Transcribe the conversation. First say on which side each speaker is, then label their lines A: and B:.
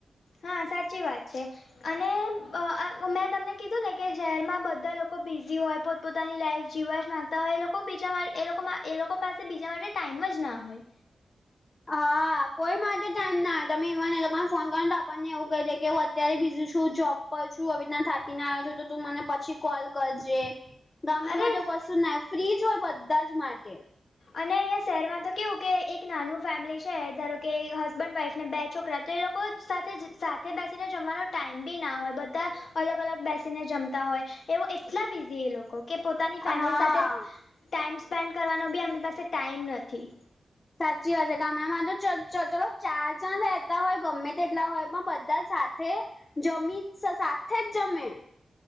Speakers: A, on the left; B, on the left.
A: હા સાચી વાત છે. અને મેં તમને કીધું ને કે શહેરમાં બધા લોકો બિઝી હોય પોતાની લાઈફ જીવવા જ માગતા હોય એ લોકો બીજા એ લોકોમાં એ લોકો પાસે બીજા માટે ટાઈમ જ ના હોય
B: હા કોઈ માટે ટાઈમના આવે્યો <unintelligible> તમે ઇવન એ લોકોને ફોન કરો તો આપણને એવું કહી દે કે હું અત્યારે બીજું છું જોબ પછું આવી રીતના થાકીને આવે છે તો તું મને પછી કોલ કરજે ગામમાં
A: અરે
B: તો કશું ના ફ્રીજ હોય બધા જ માટે
A: અને અહીંયા શહેરમાં તો કેવું કે એક નાનું ફેમિલી છે ધારો કે હસબન્ડ વાઇફને બે છોકરા તો એ લોકો સાથે સાથે બેસીને જમવાનો ટાઈમ બી ના હોય બધા અલગ અલગ બેસીને જમતા હોય એવો એટલા બીઝી એ લોકો કે પોતે પોતાની ફેમિલી
B: હા
A: સાથે ટાઈમ સ્પેન્ડ કરવાનો બી એમની પાસે ટાઈમ નથી-
B: સાચી વાત છે ગામડામાં જો ચલો ચાર જણ રહેતા હોય ગમે તેટલા હોય પણ બધા સાથે જમી સાથે જ જમે